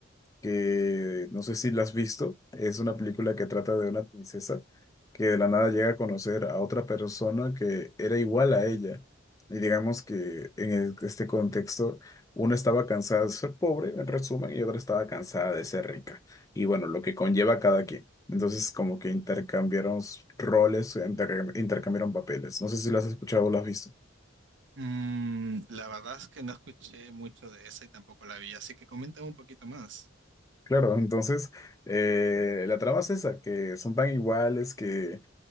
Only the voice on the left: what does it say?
que no sé si la has visto, es una película que trata de una princesa que de la nada llega a conocer a otra persona que era igual a ella. Y digamos que en el- este contexto, una estaba cansada de ser pobre, en resumen, y otra estaba cansada de ser rica. Y bueno, lo que conlleva a cada quien. Entonces, como que intercambiaron roles, interca- intercambiaron papeles. No sé si lo has escuchado o lo has visto.
Claro, entonces eh, la trama es esa, que son tan iguales que